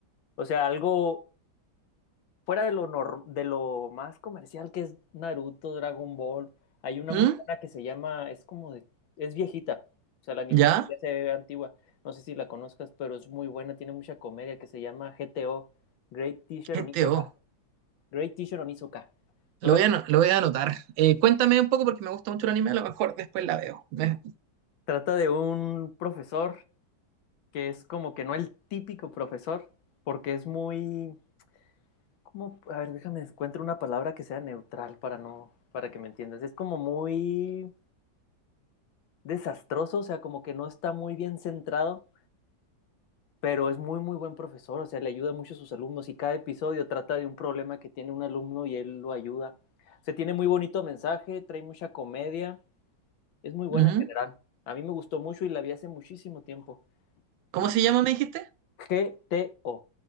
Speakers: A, on the left; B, on the right.
A: O sea, algo fuera de lo, nor- de lo más comercial que es Naruto, Dragon Ball. Hay una
B: ¿Mm?
A: muy buena que se llama, es como de, es viejita. O sea, la animación
B: ¿Ya?
A: ya se ve antigua. No sé si la conozcas, pero es muy buena, tiene mucha comedia que se llama GTO, Great Teacher
B: Este
A: Onizuka.
B: oh.
A: Great Teacher Onizuka.
B: Lo
A: ¿No la-
B: voy a, ano- lo voy a anotar. Eh, cuéntame un poco porque me gusta mucho el anime, a lo mejor después la veo. Me-
A: Trata de un profesor que es como que no el típico profesor, porque es muy, como, a ver, déjame encuentro una palabra que sea neutral para no, para que me entiendas. Es como muy desastroso, o sea, como que no está muy bien centrado, pero es muy, muy buen profesor, o sea, le ayuda mucho a sus alumnos y cada episodio trata de un problema que tiene un alumno y él lo ayuda. Se tiene muy bonito mensaje, trae mucha comedia, es muy buena
B: Ujú.
A: en general. A mí me gustó mucho y la vi hace muchísimo tiempo.
B: ¿Cómo
A: Y
B: se llama, me dijiste?
A: G T O